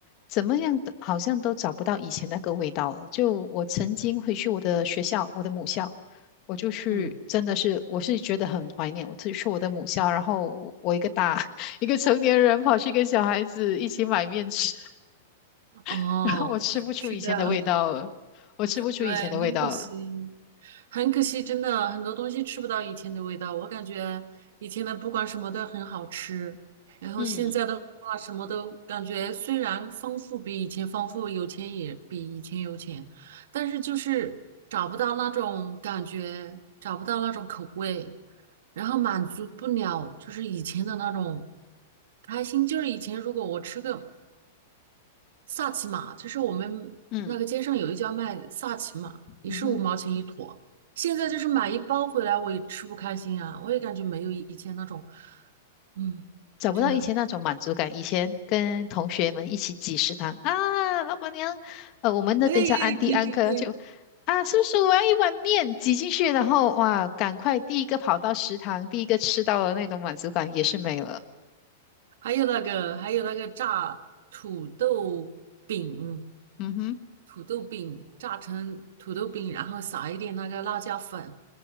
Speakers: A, on the left (about 30°); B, on the right (about 65°).
A: 怎么样的好像都找不到以前那个味道了。就我曾经回去我的学校，我的母校。我就去，
B: 嗯，
A: 真的是，我是觉得很怀念我自己去我的母校，然后我一个大 <laughs> 一个成年人跑去跟小孩子一起买面吃，
B: 哦，
A: <laughs> 然后我吃不出以前的味道了，
B: <laughs> 是的。
A: 我吃不出以前的味道了，
B: 对，很可惜，很可惜，真的很多东西吃不到以前的味道。我感觉以前的不管什么都很好吃，然后现在的话什么都感觉虽然丰富比以前丰富，
A: 嗯
B: 有钱也比以前有钱，但是就是找不到那种感觉，找不到那种口味，然后满足不了就是以前的那种开心。就是以前如果我吃个萨琪玛，就是我们那个街上有一家卖萨琪玛，
A: 嗯
B: 也是五毛钱一坨。
A: 嗯哼，
B: 现在就是买一包回来，我也吃不开心啊，我也感觉没有以前那种，嗯，
A: 找不到以前那种满足感，
B: 真的。
A: 以前跟同学们一起挤食堂啊，老板娘，呃，我们那边叫安迪安科就。
B: 哎哎，对对对，
A: 啊，叔叔，我要一碗面，挤进去，然后哇，赶快第一个跑到食堂，第一个吃到了那种满足感也是没了。
B: 还有那个，还有那个炸土豆饼，
A: 嗯哼。
B: 土豆饼炸成土豆饼，然后撒一点那个辣椒粉，